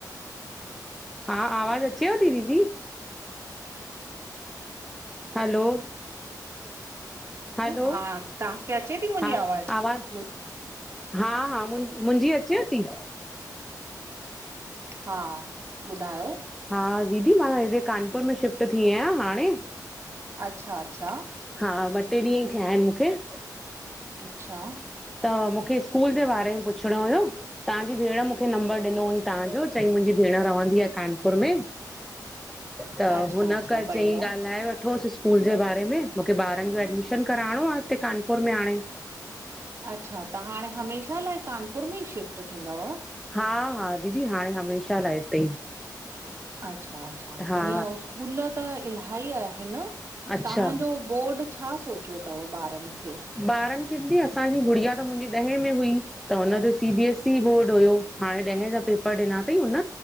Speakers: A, in the centre; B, on the right.
A: हा, आवाज़ अचेव थी दीदी? हलो, हलो,
B: हा तव्हांखे अचे थी मुंहिंजी
A: हा आवाज़
B: मुंहिंजी
A: हा, मु मुंहिंजी अचे थी?
B: हा, ॿुधायो।
A: हा दीदी मां हेडे कानपुर में शिफ्ट थी यां हाणे
B: अच्छा अच्छा
A: हा ॿ टे ॾींहं ई थिया आहिन मूंखे।
B: अच्छा।
A: त मूंखे स्कूल जे बारे में पुछणो हुयो। ताहांजी भेण मूंखे नंबर ॾिनो हुई ताहांजो चईं मुंजी भेण रहंदी आ कान पुर में, त
B: अच्छा
A: हुनखे
B: अच्छा बढ़िया
A: चईं ॻाल्हाए वठोस स्कूल जे, बारे में मूंखे ॿारन जो एडमिशन कराणो आ हिते कानपुर में हाणे।
B: अच्छा त हाणे हमेशा लाए कानपुर में ई शिफ्ट थींदव?
A: हा हा दीदी हाणे हमेशा लाए हिते ई।
B: अच्छा-अच्छा
A: हा
B: ईअं स्कूल त इलाही आहिन
A: अच्छा
B: ताहांजो बोर्ड छा सोच्यो तव ॿारन खे?
A: ॿारन खें दीदी, असांजी गुड़िया त मुंजी ॾहें में हुई। त हुनजो C B S E board हुयो हाणे ॾहें जा पेपर ॾिना तईं हुन।